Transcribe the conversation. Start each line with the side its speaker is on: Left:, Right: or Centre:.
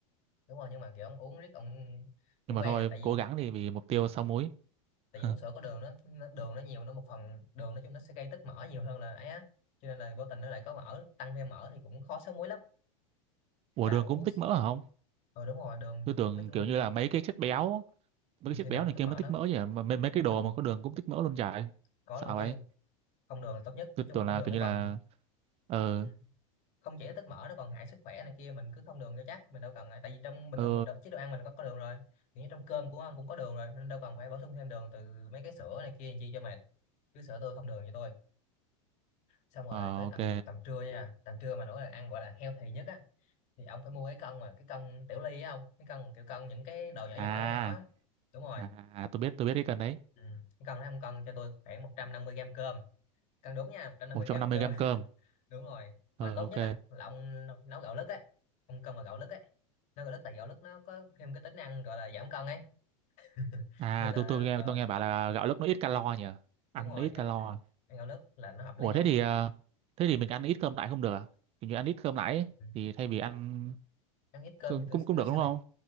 Left: đúng rồi nhưng mà kiểu ông uống riết ông cũng
Right: Nhưng mà
Left: quen
Right: thôi,
Left: à tại vì
Right: cố gắng đi vì mục
Left: ừ.
Right: tiêu sáu múi.
Left: tại
Right: <laughs>
Left: vì uống sữa có đường nó, nó đường nó nhiều nó một phần đường nói chung nó sẽ gây tích mỡ nhiều hơn là ấy á cho nên là vô tình nó lại có mỡ tăng thêm mỡ thì cũng khó sáng muối lắm
Right: Ủa
Left: là
Right: đường
Left: uống
Right: cũng
Left: s-
Right: tích mỡ hả không?
Left: ờ đúng rồi đường
Right: Tôi tưởng
Left: nói chung
Right: kiểu
Left: là
Right: như là mấy cái chất béo, mấy
Left: ừ,
Right: cái chất
Left: thì đường
Right: béo
Left: có
Right: này
Left: tích
Right: kia
Left: mỡ
Right: mới tích
Left: nó
Right: mỡ chứ. Mà mấy, mấy cái đồ
Left: đường
Right: mà có đường cũng tích mỡ luôn vậy.
Left: có
Right: Sao
Left: đường chứ
Right: vậy?
Left: không đường là tốt nhất
Right: Tôi
Left: nói chung
Right: tưởng
Left: là không
Right: là
Left: đường
Right: kiểu
Left: nó
Right: như
Left: còn
Right: là ờ
Left: Ừ. không chỉ là tích mỡ nó còn hại sức khỏe này kia mình cứ không đường cho chắc mình đâu cần ngại. tại vì trong bình
Right: ờ
Left: thường mình đo- chế độ ăn mình có, có đường rồi kiểu như trong cơm của ông cũng có đường rồi nên đâu cần phải bổ sung thêm đường từ mấy cái sữa này kia làm chi cho mệt cứ sữa tươi không đường cho tôi xong rồi
Right: ờ
Left: tới
Right: ok.
Left: tầm tầm trưa nha tầm trưa mà nổi là ăn gọi là healthy nhất á thì ông phải mua cái cân mà cái cân tiểu ly á ông cái cân kiểu cân những cái đồ nhỏ
Right: À
Left: nhỏ nhỏ nhỏ á đúng rồi
Right: À, à, tôi biết tôi biết cái cần đấy
Left: ừ. cái cân đó ông cân cho tôi khoảng 150 gram cơm cân đúng nha một trăm năm
Right: một
Left: mươi
Right: trăm
Left: gram
Right: năm
Left: cơm
Right: mươi gram
Left: <laughs>
Right: cơm
Left: đúng rồi
Right: ờ
Left: mà tốt
Right: ok
Left: nhất á là ông nấu nấu gạo lứt á ông cân mà gạo lứt ấy nấu gạo lứt tại gạo lứt nó có thêm cái tính năng gọi là giảm cân ấy <laughs>
Right: à
Left: nên là
Right: tôi tôi nghe
Left: ờ,
Right: tôi nghe bảo là gạo lứt nó ít calo nhỉ
Left: đúng
Right: ăn
Left: rồi
Right: nó ít
Left: ăn
Right: calo
Left: ăn
Right: à?
Left: gạo lứt là nó hợp lý
Right: ủa
Left: nhất
Right: thế thì ờ, thế thì mình ăn ít cơm lại không được à kiểu như ăn ít cơm lại ấy,
Left: ừ.
Right: thì thay vì ăn
Left: ăn ít cơm
Right: cũng
Left: thì tôi
Right: cũng cũng
Left: nó
Right: được
Left: sẽ
Right: đúng
Left: bị
Right: không